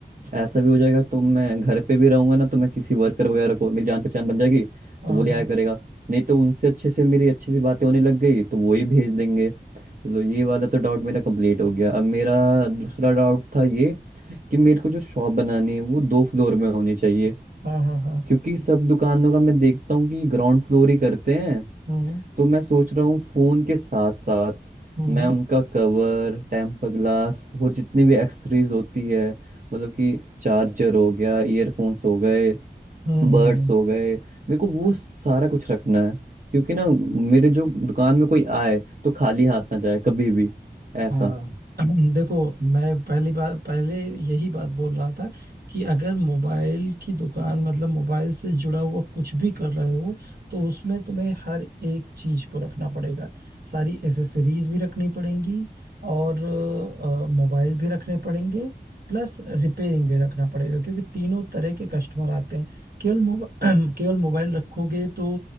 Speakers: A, on the right (about 50°); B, on the right (about 65°).
A: ऐसा भी हो जाएगा तो मैं घर पे भी रहूंगा ना तो मैं किसी वर्कर वगैरह को मेरी जान पहचान बन जाएगी
B: हाँ
A: तो वो ले
B: हाँ
A: आया करेगा नहीं तो उनसे अच्छे से मेरी अच्छी सी बातें होने लग गई तो वो ही भेज देंगे चलो ये वाला तो डाउट मेरा कंप्लीट हो गया अब मेरा दूसरा डाउट था ये कि मेरे को जो शॉप बनानी है वो दो फ्लोर में होनी चाहिए
B: हाँ हाँ हाँ हाँ,
A: क्योंकि सब दुकानों का मैं देखता हूँ कि ग्राउंड फ्लोर ही करते हैं
B: हम्म
A: तो मैं सोच रहा हूँ फोन के साथ साथ
B: हम्म
A: मैं उनका कवर टेम्पर ग्लास और जितनी भी एक्सेसरीज होती है मतलब कि चार्जर हो गया ईयरफोन्स हो गए
B: हम्म
A: बर्ड्स
B: हम्म,
A: हो गए मेरे को वो सारा कुछ रखना है क्योंकि ना मेरे जो दुकान में कोई आए तो खाली हाथ ना जाए कभी भी ऐसा
B: हाँ <clears throat> देखो मैं पहली बार पहले यही बात बोल रहा था कि अगर मोबाइल की दुकान मतलब मोबाइल से जुड़ा हुआ कुछ भी कर रहे हो तो उसमें तुम्हें हर एक चीज को रखना पड़ेगा सारी एसेसरीज भी रखनी पड़ेंगी और अ, मोबाइल भी रखने पड़ेंगे प्लस रिपेयरिंग भी रखना पड़ेगा क्योंकि तीनों तरह के कस्टमर आते हैं केवल मोबाइल <clears throat> केवल मोबाइल रखोगे तो